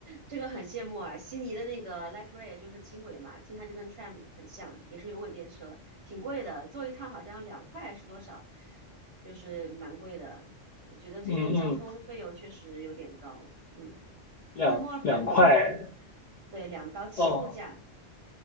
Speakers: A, on the right; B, on the left.
A: 这个很羡慕啊。悉尼的那个 light rail 就是轻轨嘛，听上去跟 tram 很像，也是有轨电车，挺贵的，坐一趟好像两块是多少，就是蛮贵的。我觉得这边交通费用确实有点高，
B: 嗯嗯，
A: 嗯。
B: 两两块
A: 那墨尔本免费，对，两刀起步价
B: 哦。